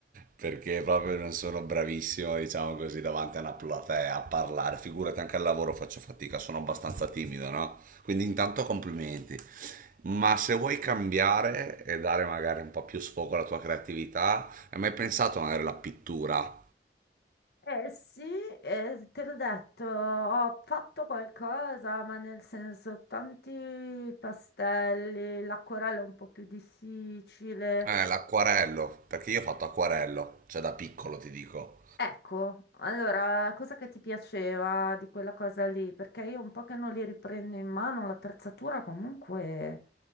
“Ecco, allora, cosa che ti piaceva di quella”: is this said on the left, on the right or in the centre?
Left